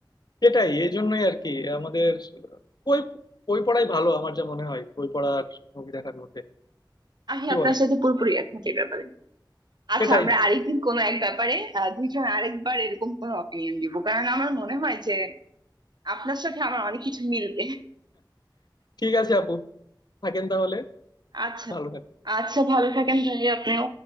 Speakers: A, on the left; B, on the right.
A: সেটাই এই জন্যই আর কি আমাদের বই বই পড়াই ভালো আমার যা মনে হয় বই পড়ার মুভি দেখার মধ্যে
B: আমি
A: কি
B: আপনার
A: বলেন
B: সাথে পুরোপুরি একমত এই ব্যাপারে আচ্ছা
A: সেটাই
B: আমরা আরেকদিন কোনো এক ব্যাপারে আহ, দুইজন আরেকবার এরকম কোনো অপিনিয়ন দিব কারণ আমার মনে হয় যে আপনার সাথে আমার অনেক কিছু মিলবে
A: ঠিক আছে আপু থাকেন তাহলে
B: আচ্ছা
A: ভালো থাকেন
B: আচ্ছা ভালো থাকেন ভাই আপনিও